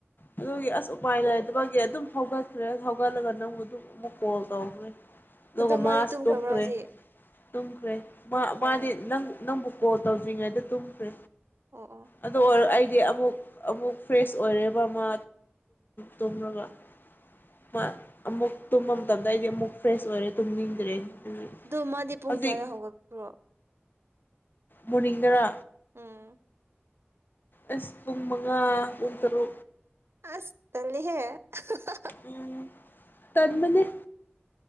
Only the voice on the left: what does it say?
ꯑꯗꯨꯒꯤ ꯑ ꯎꯥꯏ ꯂꯥꯏꯗ ꯒꯤ ꯑꯗꯨꯝ ꯍꯧꯒꯠꯈ꯭ꯔꯦ ꯍꯧꯒꯠꯂꯒ ꯅꯪ ꯑꯗꯨꯝ ꯑꯃꯨꯛ ꯀꯣꯜ ꯇꯧꯈ꯭ꯔꯦ ꯑꯗꯨꯒ
ꯃꯥꯁ
ꯇꯨꯝꯈ꯭ꯔꯦ
ꯇꯨꯝꯈ꯭ꯔꯦ ꯃꯥꯗꯤꯪ
ꯅꯪꯕꯨ ꯄꯣ ꯇꯧꯖꯉꯥꯏꯗ ꯇꯝꯁꯦ
ꯑꯗ ꯑꯩꯗꯤ ꯑꯃꯨꯛ ꯑꯃꯨꯛ ꯐ꯭ꯔꯦꯁ ꯑꯣꯏꯔꯦꯕ ꯃꯥ ꯇꯨꯝꯃꯒ ꯃꯥ ꯑꯃꯨꯛ ꯇꯨꯝꯕ ꯃꯇꯝꯗ ꯑꯩꯗꯤ ꯑꯃꯨꯛ ꯐ꯭ꯔꯦꯁ ꯑꯣꯏꯔꯦ ꯇꯨꯝꯅꯤꯡꯗ꯭ꯔꯦ ꯑꯗꯨꯒꯤ
ꯍꯧꯖꯤꯛ
ꯃꯅꯤꯡꯒꯔ
ꯑꯦꯁ ꯐꯨꯡ ꯃꯉꯥ ꯎꯟ ꯇꯔꯣ
ꯎꯝ ꯇꯗ ꯃ